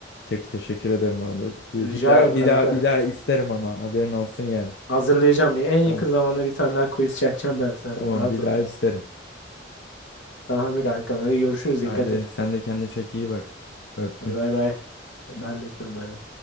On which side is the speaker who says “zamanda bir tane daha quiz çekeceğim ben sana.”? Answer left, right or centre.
Left